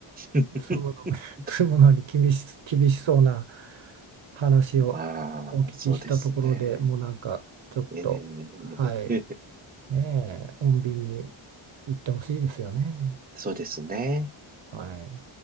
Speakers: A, on the right; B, on the right.
A: <laughs>
B: 住むの、<laughs> 住むのに厳し、厳しそうな話をお聞きしたところでもうなんかちょっと、
A: まあ、そうですね。えー
B: はい、
A: <laughs>
B: ねえ、穏便に行ってほしいですよね。
A: そうですね。
B: はい。